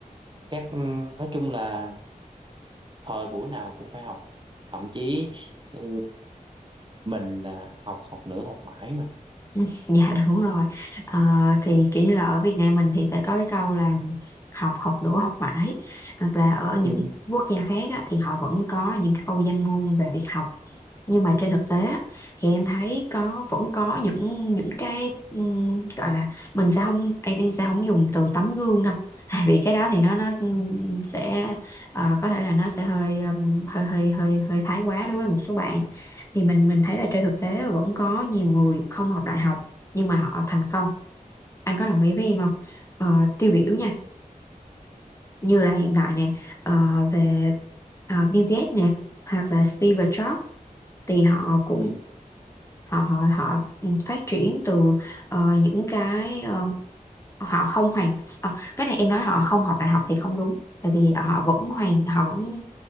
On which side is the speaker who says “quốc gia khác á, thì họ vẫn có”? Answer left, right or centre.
Left